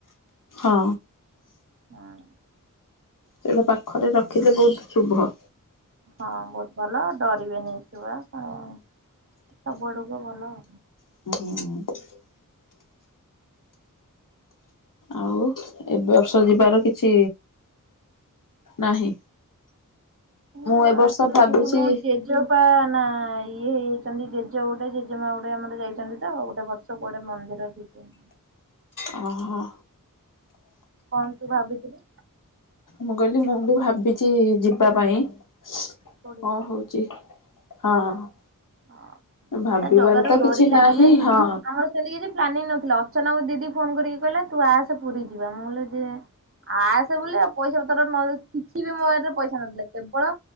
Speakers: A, on the left; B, on the right.
A: ହଁ।
B: ହଁ
A: ସେଇଟା ପାଖରେ ରଖିଲେ ବୋହୁତ୍ ଶୁଭ।
B: ହଁ ବୋହୁତ୍ ଭଲ ଡରିବେଇଁ ଛୁଆ ସବୁଆଡକୁ ତ ଭଲ ଆଉ।
A: ହୁଁ। ଆଉ ଏ ବର୍ଷ ଯିବାର କିଛି ନାହିଁ?
B: ନୂଆ
A: ମୁଁ
B: ବା
A: ଏ ବର୍ଷ
B: ଆସୁ ଚିପୁନୁ
A: ଭାବିଛି
B: ର ମୋର ଜେଜ ବାପା ନା ଇଏ ହେଇଯାଇଛନ୍ତି ଜେଜେ ଗୋଟେ ଜେଜେମା ଗୋଟେ ଆମର ଯାଇଛନ୍ତି ତ ଆଉ ଗୋଟେ ବର୍ଷ କୁଆଡେ ମନ୍ଦିର ଯିବୁନି।
A: <inaudible> ଓହ।
B: କଣ ତୁ ଭାବିଥିଲୁ?
A: ମୁଁ କହିଲି ମୁଁ ବି ଭାବିଛି ଯିବା ପାଇଁ। <inaudible> କଣ
B: କୋଉଠିକି
A: ହଉଛି। ହଁ, ହଁ।
B: ହଁ
A: ଭାବିବାର
B: ସେଟା ଜଗାରୁୁ
A: ତ
B: ଡରି
A: କିଛି
B: ଲାଗିଲା
A: ନାହିଁ
B: ଯୋଉ
A: ହଁ
B: ଆମ ସେମିତି କିଛି ପ୍ଲାନିଂ ନଥିଲା ଅର୍ଚ୍ଚନାକୁ ଦିଦି ଫୋନ କରିକି କହିଲା ତୁ ଆସେ ପୁରୀ ଯିବା ମୁଁ କହିଲି ଯେ ଆସେ ବୋଲି ପଇସା ପତର କିଛି ବି ମୋ ପାଖରେ ପଇସା ନଥିଲା। କେବଳ